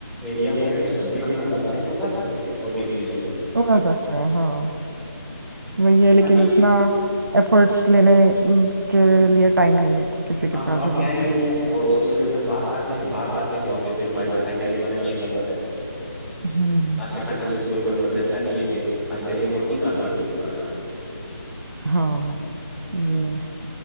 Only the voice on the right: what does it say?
उगा सकता है हाँ वही है लेकिन
उतना एफर्ट्स लेने अम, के लिए टाइम नहीं है किसी के
पास
अभी
हम्म
हाँ ये